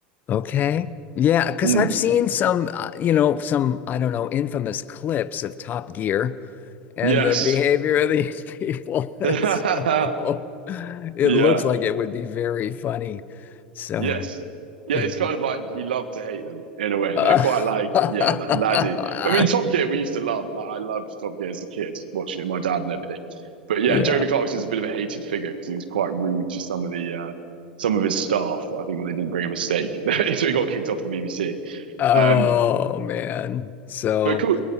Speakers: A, on the left; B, on the right.
A: Okay. Yeah, because
B: Mm.
A: I've seen some, uh, you know, some, I don't know, infamous clips of Top Gear and
B: Yes.
A: the behavior of these people. <laughs>
B: <laughs>
A: So it
B: Yeah.
A: looks like it would be very funny. So,
B: Yes. Yeah,
A: yeah.
B: it's kind of like you love to hate them in a way.
A: <laughs>
B: They're quite like, yeah, like laddie. But I mean, Top Gear, we used to love. Like, I loved Top Gear as a kid, watching it with my dad and everything. But yeah,
A: yeah.
B: Jeremy Clarkson's a bit of a hated figure because he was quite rude to some of the uh, some of his staff. I think when they didn't bring him a steak, <laughs> so he got kicked off the BBC.
A: Oh,
B: Um,
A: man. So.
B: But cool.